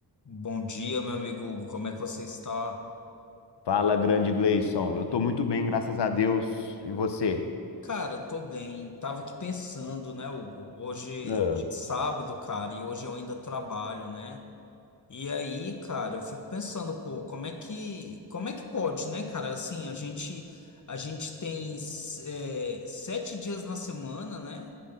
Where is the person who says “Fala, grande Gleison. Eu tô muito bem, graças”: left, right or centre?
Left